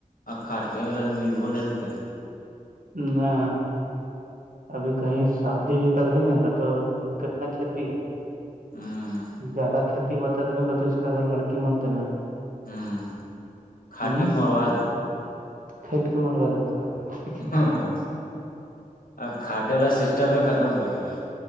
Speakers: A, on the left; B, on the right.
A: ا کاٹوے والا ملو نہیں کری
B: ہ ابھی کہیں شادی بھی کرو نہیں گ تو کتنا کھیتی ہے
A: ہوں
B: زیادہ کھیتی بتا ت کہ تو اس کا اگر لڑکی مت دینا ہے
A: ہوں خاٹیک
B: ہ
A: مروا دت
B: کھٹ کے مروا دیتا یک
A: ہاں ہاں ا کھٹے والا سسٹم ختم ہو گے آپ